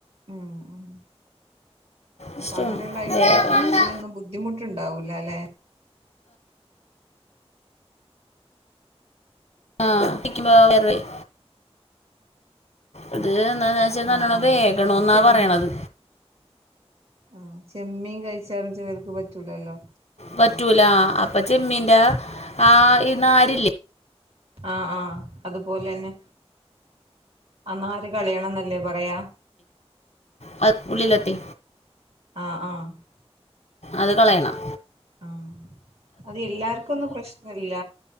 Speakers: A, on the right (about 70°); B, on the left (about 85°).
A: ഉം ഉം
B: ഇഷ്ടമാണ്
A: അപ്പൊ അങ്ങനെയുള്ള ഐറ്റംസത്തിനൊന്നും
B: വേറെ
A: ബുദ്ധിമുട്ടുണ്ടാവൂല അല്ലെ
B: ആ <unintelligible> അത് എന്ന വച്ചാ നല്ലോണം
A: ആഹ് ആഹ്
B: വേഗണം
A: അത്
B: എന്നാ
A: ചെമ്മീ
B: പറയണത്
A: ആഹ് ചെമ്മീൻ കഴിച്ചാലും ചെലോൽക്ക് പറ്റൂലല്ലോ
B: പറ്റൂല അപ്പൊ ചെമ്മീന്റെ ആ നാരില്ലേ
A: ആ ആ അതുപോലെന്നെ അന്നാര് കളയണം എന്നല്ലേ പറയാ
B: അ ഉള്ളിലെത്തെ
A: ആ ആ
B: അത് കളയണം
A: ആ അത് എല്ലാർക്കൊന്നും പ്രശ്നല്ല